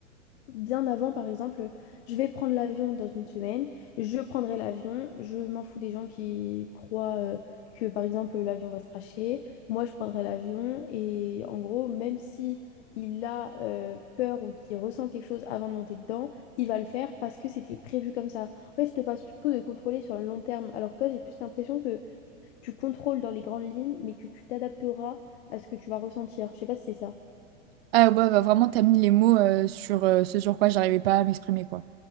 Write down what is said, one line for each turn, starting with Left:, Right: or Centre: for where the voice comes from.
Left: bien avant, par exemple, je vais prendre l'avion dans une semaine, je prendrai l'avion, je m'en fous des gens qui croient euh, que, par exemple, l'avion va se crasher. Moi, je prendrai l'avion et en gros, même si il a euh, peur ou qu'il ressent quelque chose avant de monter dedans, il va le faire parce que c'était prévu comme ça. En fait, je te parle surtout de contrôler sur le long terme, alors que toi, j'ai plus l'impression que tu contrôles dans les grandes lignes, mais que tu t'adapteras à ce que tu vas ressentir. Je sais pas si c'est ça.
Right: Ah ouais, bah, vraiment, t'as mis les mots euh, sur euh, ce sur quoi j'arrivais pas à m'exprimer, quoi.